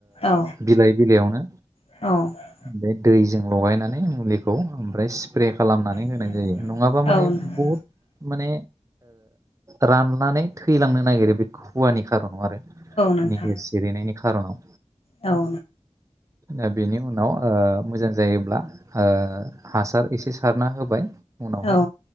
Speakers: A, on the left (about 55°); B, on the right (about 25°).
A: औ
B: बिलाइ बिलाइयावनो
A: औ
B: बे दैजों लगायनानै मुलिखौ ओमफ्राय सि जायो
A: औ
B: नङाबा माने
A: औ
B: बुहुद माने राननानै थैलांनो नागिरो बे खुवानि खारनाव आरो।
A: नोंथां
B: निहिर सिरिनायनि खारनाव।
A: औ
B: दा बेनि उनाव मोजां जायोब्ला ओ हासार एसे सारना होबाय उनावहाय
A: औ